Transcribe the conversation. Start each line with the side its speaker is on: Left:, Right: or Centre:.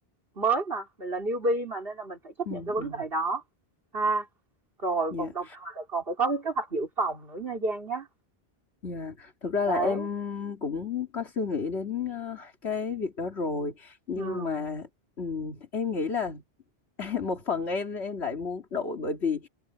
Right: mới mà mình là newbie mà nên là mình phải chấp
Left: Ừm,
Right: nhận cái vấn
Left: ừm.
Right: đề đó ha rồi
Left: Dạ,
Right: còn đồng thời là còn phải có cái kế hoạch dự phòng nữa nha Giang nhá
Left: dạ. Thực ra
Right: đấy
Left: là em cũng có suy nghĩ đến ờ, cái việc đó rồi, nhưng
Right: ừ
Left: mà ừm, em nghĩ là <laughs> một phần em em lại muốn đổi bởi vì